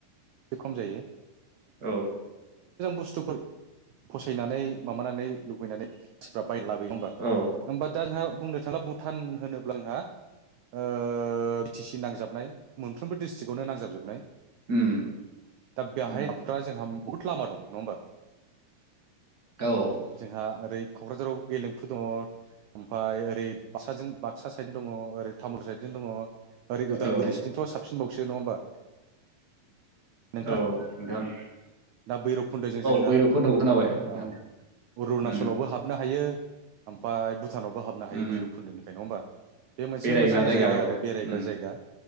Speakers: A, on the right; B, on the right.
A: बे खम जायो
B: औ
A: बुस्थुफोर फसायनानै माबानानै लुबैनानै मानसिफ्रा बाय लाबोग हबा
B: औ
A: होमबा दा आंहा बुंनो थाङा भुटान होनोब्ला आंहा ओ बि टि सि नांजाबनाय मोनफ्रोमबो डिस्ट्रिक्टआवनो नांजाबजोबनाय।
B: उम उम औ
A: दा बेहाय
B: उम
A: हाबग्रा जोंहा बहुत लामा दं नङा होमबा
B: औ
A: जोंहा ओरै क'क्राझाराव गेलेमफु दङ ओमफाय ओरै बाक्साजों बाक्सा साइडजों दङ ओरै तामुल साइडजों दङ ओरै उदालगुरिसोथिंथ'
B: औ
A: साबसिनबावसो नङा होमबा नोंथां
B: औ नोंथां
A: दा बैरबखुन्दोजों जोंहा
B: भैरब खन्द'खौ खोनाबाय
A: औ
B: नोंथां
A: अरुणाचलावबो
B: उम
A: हाबनो हायो। ओमफाय भुटानावबो हाबनो हायो
B: उम
A: भैरब खुन्दोनिफ्राय नङा होमबा बे मोनसे
B: बेरायग्रा
A: मोजां जायगा
B: औ
A: आरो बेरायग्रा
B: उम
A: जायगा